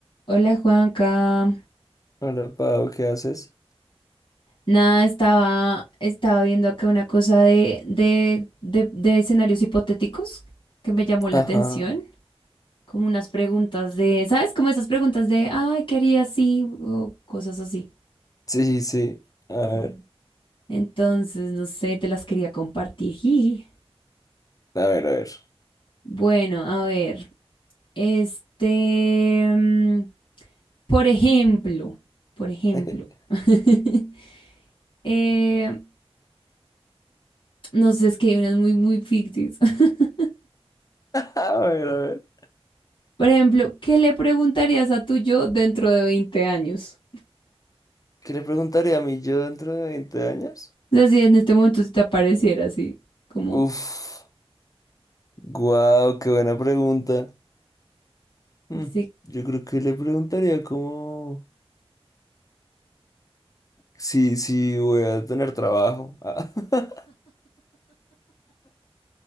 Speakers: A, on the left; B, on the left.
A: Hola Juanca.
B: Hola, Pau, ¿qué haces?
A: Nada, estaba, estaba viendo acá una cosa de, de, de, de escenarios hipotéticos que me llamó la atención.
B: Ajá.
A: Como unas preguntas de, ¿sabes? Como esas preguntas de, ay, ¿qué haría si? O cosas así.
B: Sí, sí. A ver,
A: Mm. Entonces, no sé, te las quería compartir. Y,
B: a ver, a ver.
A: Bueno, a ver, este, mm, por ejemplo, por ejemplo,
B: <laughs>
A: <laughs> eh, no sé, es que hay unas muy, muy ficticias. <laughs>
B: A ver, a ver.
A: Por ejemplo, ¿qué le preguntarías a tu yo dentro de 20 años?
B: ¿Qué le preguntaría a mí yo dentro de 20 años?
A: O sea, si en este momento se te apareciera así, como,
B: Uf, guau, qué buena pregunta. Mm,
A: sí,
B: yo creo que le preguntaría como si, si voy a tener trabajo. Ah, <laughs>